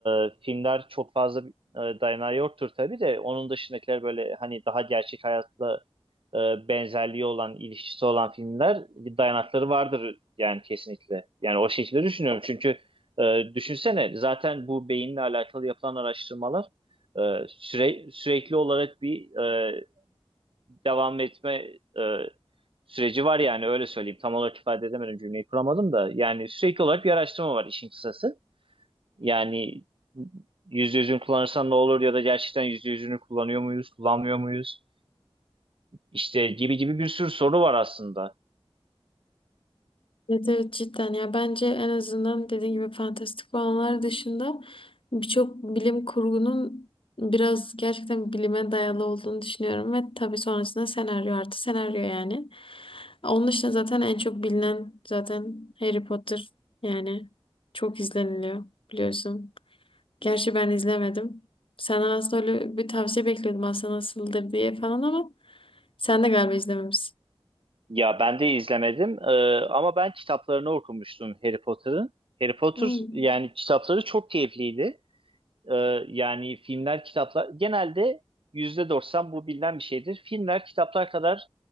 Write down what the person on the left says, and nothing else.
Evet, evet cidden ya bence en azından dediğin gibi fantastik olanlar dışında birçok bilim kurgunun biraz gerçekten bilime dayalı olduğunu düşünüyorum ve tabii sonrasında senaryo artı senaryo yani. Onun dışında zaten en çok bilinen zaten Harry Potter yani çok izleniliyor biliyorsun. Gerçi ben izlemedim. Senden aslında öyle bir tavsiye bekliyordum aslında nasıldır diye falan ama sen de galiba izlememişsin.
Hmm.